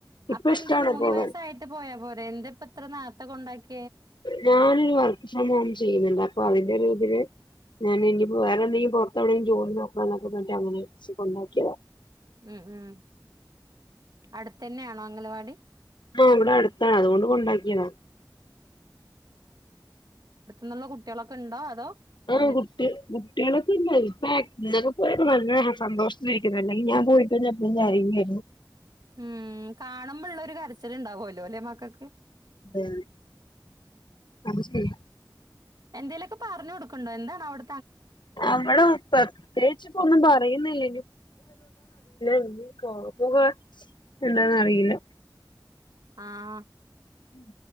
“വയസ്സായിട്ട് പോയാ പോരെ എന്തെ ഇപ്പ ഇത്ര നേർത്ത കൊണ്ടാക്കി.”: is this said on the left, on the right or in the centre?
Right